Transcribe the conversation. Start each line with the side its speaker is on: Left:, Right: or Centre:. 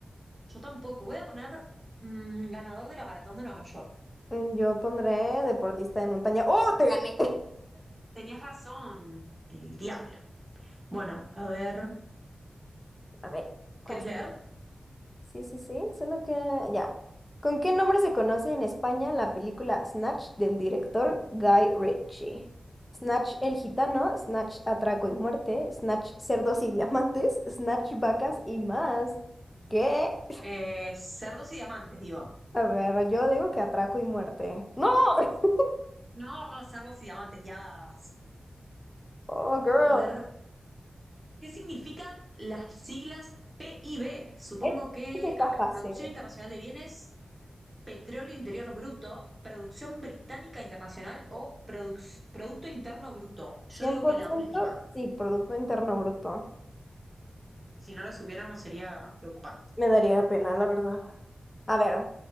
Right: Yo tampoco, voy a poner mm, ganador de la Maratón de Nueva York.
Left: Mm, Yo pondré deportista de montaña. ¡Oh, te gané!
Right: Tenías razón, el diablo. Bueno, a ver,
Left: <laughs> A ver, ¿cuál?
Right: ¿quieres leer?
Left: Sí, sí, sí, solo que ya. ¿Con qué nombre se conoce en España la película Snatch del director Guy Ritchie? Snatch el gitano, Snatch atraco y muerte, Snatch cerdos y diamantes, Snatch vacas y más. ¿Qué? <laughs>
Right: Eh, cerdos y diamantes, digo.
Left: A ver, yo digo que atraco y muerte. ¡No! <laughs>
Right: No, cerdos y diamantes, ya.
Left: Oh, girl.
Right: A ver, ¿qué significan las siglas PIB? Supongo
Left: Eso
Right: que,
Left: eso está
Right: a ver,
Left: fácil.
Right: Producción Internacional de Bienes, Petróleo Interior Bruto, Producción Británica Internacional o Produc- Producto Interno Bruto. Yo
Left: cien
Right: digo
Left: por
Right: que la
Left: ciento
Right: última.
Left: sí, Producto Interno Bruto.
Right: Y Si no lo supiéramos sería preocupante.
Left: Me daría pena, la verdad. A ver,